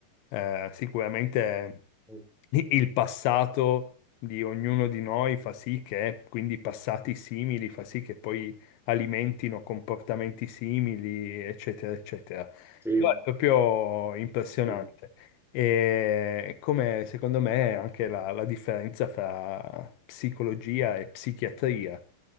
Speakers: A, on the left; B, in the centre.
A: eh, sicuramente
B: sì,
A: i- il passato di ognuno di noi fa sì che, quindi passati simili, fa sì che poi alimentino comportamenti simili, eccetera, eccetera.
B: sì,
A: Però è proprio impressionante.
B: sì,
A: E come secondo me anche la, la differenza fra psicologia e psichiatria,